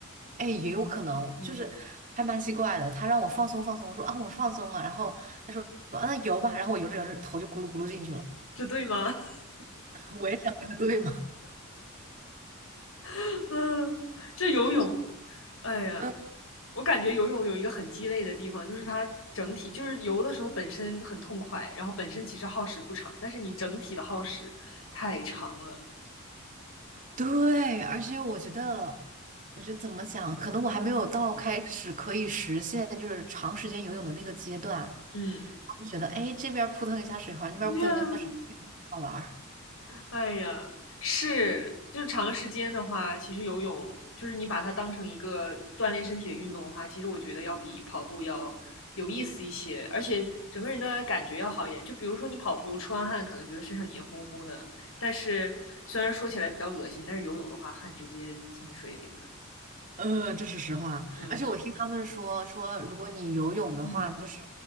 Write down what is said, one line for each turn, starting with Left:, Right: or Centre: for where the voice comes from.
Right: 哎，也有可能就是还蛮奇怪的。
Left: 嗯，
Right: 他让我放松放松，我说啊我放松了，然后他说啊那游吧，然后我游着游着头就咕噜咕噜进去了。
Left: 这对吗？<laughs>
Right: <laughs> 我也想这对吗？
Left: <laughs> 嗯，
Right: <laughs>
Left: 这游泳，
Right: 就
Left: 哎呀，
Right: 嗯。
Left: 我感觉游泳有一个很鸡肋的地方，就是它整体就是游的时候本身很痛快，然后本身其实耗时不长，但是你整体的耗时太长了。
Right: 对，而且我觉得，我觉得怎么讲，可能我还没有到开始可以实现就是长时间游泳的那个阶段，然
Left: 嗯，
Right: 后就觉得，哎，这边儿扑腾一下水花，那边儿扑腾一下水花，
Left: <laughs>
Right: 好玩儿。
Left: 哎呀，是，就是长时间的话，其实游泳就是你把它当成一个锻炼身体的运动的话，其实我觉得要比跑步要有意思一些，而且整个人的感觉要好一点。就比如说你跑步出完汗，可能觉得身上黏糊糊的，但是虽然说起来比较恶心，但是游泳的话，汗直接进水里了。
Right: 嗯，这是实话。
Left: 嗯，
Right: 而且我听他们说，说如果你游泳的话，
Left: 嗯
Right: 就是，